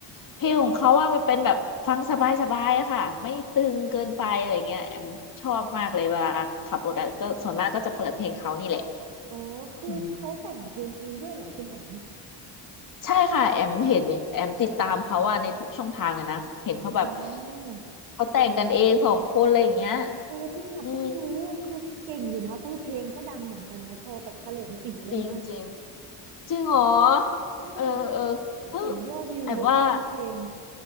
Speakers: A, on the left; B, on the right.
A: เพลงของเขาว่ามันเป็นแบบฟังสบายๆอะค่ะไม่ตึงเกินไปอะไรเงี้ยแอมชอบมากเลยเวลาขับรถอะก็ส่วนมากก็จะเปิดเพลงเขานี่แหละ
B: อ๋อคือเขาแต่งเพลงเองด้วยเหรอคุณแอม
A: อืมใช่ค่ะแอมเห็นแอมติดตามเขาว่าในทุกช่องทางเลยนะเห็นเขาแบบ
B: อ๋อ
A: เขาแต่งกันเองสองคนอะไรอย่างเงี้ย
B: เออจริงอ่ะเพิ่งรู้คือเก่งอยู่นะคือเพลงก็ดังเหมือนกันนะพอกับเฉลิมศรีเลยนะ
A: อืมจริงจริงจริงเหรอ
B: <laughs> อืม
A: เออเออเออ
B: เห็นยอดวิวเยอะแทบทุกเพลง
A: แอมว่า